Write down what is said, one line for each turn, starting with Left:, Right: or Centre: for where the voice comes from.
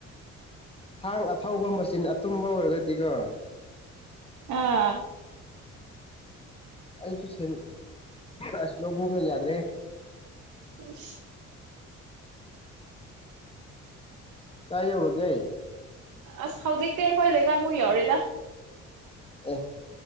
Left: ꯊꯥꯡ ꯑꯊꯧꯕ ꯃꯆꯤꯟ ꯑꯇꯨꯝꯕ ꯑꯣꯏꯔꯒꯗꯤꯀꯣ
Right: ꯑꯥ
Left: ꯑꯩꯁꯨ ꯁ ꯑꯁ ꯂꯣꯛ ꯍꯨꯝꯅ ꯌꯥꯗ꯭ꯔꯦ
Right: ꯑ
Left: ꯀꯥꯏ ꯌꯥꯕ ꯄ꯭ꯂꯦ
Right: ꯑꯁ ꯍꯧꯖꯤꯛꯇꯤ ꯑꯩꯈꯣꯏ ꯂꯩꯀꯥꯏꯃꯨꯛ ꯌꯧꯔꯤꯦꯗ
Left: ꯑꯦ